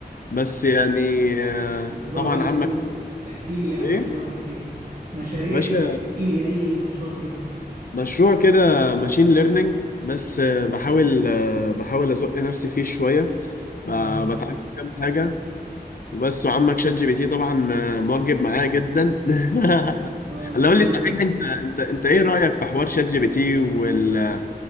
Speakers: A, on the left; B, on the right.
A: بس يعني آه،
B: مشروع
A: طبعا
B: ايه
A: عمك
B: قول لي كده. احكي لي على
A: ايه
B: اي
A: يا
B: واحد فيهم مشاريع
A: باشا
B: ايه احكي لي اي مشروع فيهم
A: مشروع كده ماشين ليرنينج بس آه، بحاول آه، بحاول ازق نفسي فيه شويه ب-
B: اه
A: بتعلم كام حاجه وبس وعمك شات جي بي تي طبعا آه، موجب معايا جدا <laughs>
B: اه الاي
A: اللي قول
B: اي
A: لي صحيح
B: ده
A: انت انت انت ايه رايك في حوار شات جي بي تي وال